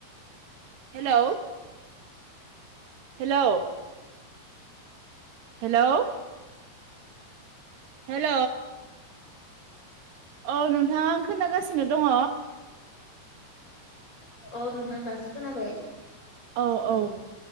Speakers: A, on the right; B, on the left.
A: हेलौ हेल' हेल' हेल' औ नोंथाङा खोनागासिनो दङ
B: औ नोंथां दासो खोनाबाय
A: औ औ
B: ओ